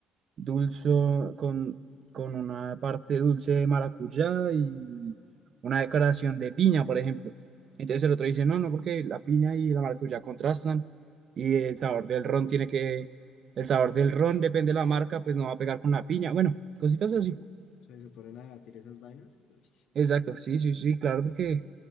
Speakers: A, on the right; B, on the left.
A: dulce, con, con una parte dulce de maracuyá y una decoración de piña, por ejemplo. Entonces el otro dice, no, no, porque la piña y la maracuyá contrastan y el sabor del ron tiene que, el sabor del ron depende de la marca, pues no va a pegar con la piña. Bueno, cositas así.
B: O sea, se ponen a debatir esas vainas. Uy,
A: Exacto, sí, sí, sí, claro, porque